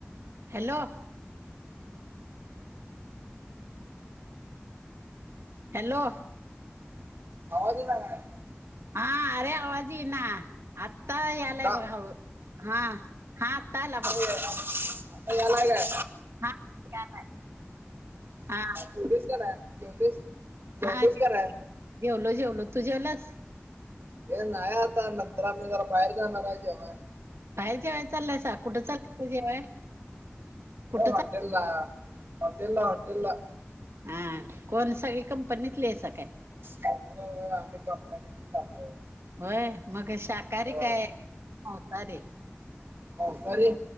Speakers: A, on the right (about 85°); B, on the right (about 60°).
A: हॅलो. हॅलो.
B: आवाज येईना काय?
A: हा अरे आवाज येई ना, आता यालाय
B: का
A: बघ हळू. हा. हा आता आला बघ.
B: आता यालाय काय?
A: हा यालाय हा.
B: जेवलीस का नाय? जेवलीस जेवलीस
A: हा जेवलो
B: का नाय
A: जेवलो, तू जेवलास.
B: हे नाही आता, नंतर आम्ही जरा बाहेर जाणार हाय जेवाय.
A: बाहेर जेवाय चालल्यासा कुठं चाललायसा जेवाय? कुठं
B: एय हॉटेल ला, हॉटेल ला, हॉटेल ला
A: हम कोण सगळी कंपनीतली हाईसा काय?
B: व्हय व्हय आम्ही कंपनीतली चाललोय.
A: होय, मग शाकाहारी
B: होय
A: काय मावसारी?
B: मावसारी,